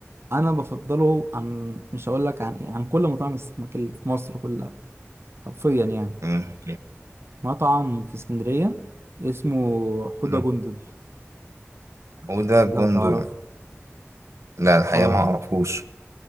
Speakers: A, on the right; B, on the right.
A: أنا بفضله عن مش هقول لك عن إيه عن كل مطاعم السمك اللي في مصر كلها حرفيا يعني
B: امم
A: مطعم في اسكندرية اسمه حوضة
B: امم
A: جندل
B: وده
A: لو
B: جندل
A: تعرفه
B: لا الحقيقه
A: اه
B: ما اعرفوش